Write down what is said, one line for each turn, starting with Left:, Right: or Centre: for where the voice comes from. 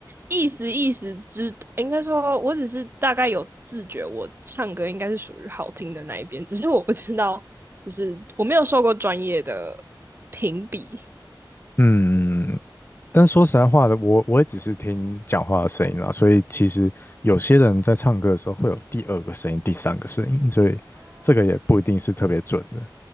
Right: 意思意思知，应该说我只是大概有自觉，我唱歌应该是属于好听的那一边，只是我不知道，就是我没有受过专业的评比。
Left: 嗯，但说实在话的，我我也只是听讲话的声音啦，所以其实有些人在唱歌的时候会有第二个声音、第三个声音，所以这个也不一定是特别准的，